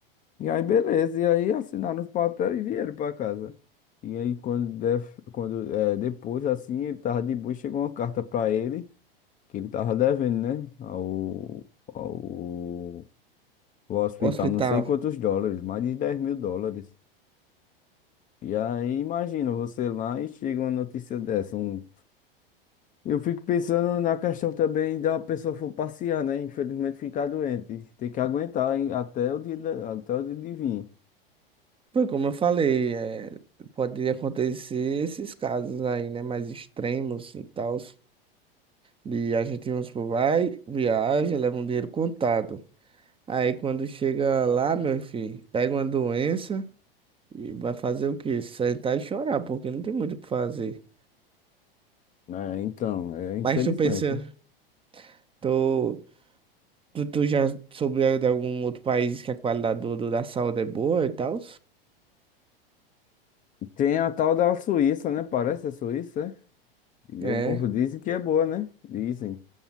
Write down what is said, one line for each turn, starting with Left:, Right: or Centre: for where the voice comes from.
Left: E aí, beleza. E aí assinaram os papéis e vieram pra casa. E aí, quando, def- quando é, depois, assim, ele tava de boa, e chegou uma carta pra ele, que ele tava devendo, né? Ao, ao, ao hospital,
Right: O hospital.
Left: não sei quantos dólares, mais de 10 mil dólares. E aí, imagina você lá e chega uma notícia dessa. Um... Eu fico pensando na questão também da pessoa for passear, né? Infelizmente, ficar doente. Tem que aguentar hein, até o dia, da- até o dia de vir.
Right: Foi como eu falei, é, pode acontecer esses casos aí, né, mais extremos e tal, de a gente, vamos supor, vai, viaja, leva um dinheiro contado. Aí quando chega lá, meu filho, pega uma doença e vai fazer o quê? Sentar e chorar, porque não tem muito o que fazer.
Left: né? então, é infelizmente.
Right: Mas tu pensa, tu, tu, tu já soube de algum outro país que a qualidade do, do- da saúde é boa e tal?
Left: Tem a tal da Suíça, né? Parece a Suíça, é? E
Right: É.
Left: o povo dizem que é boa, né? Dizem,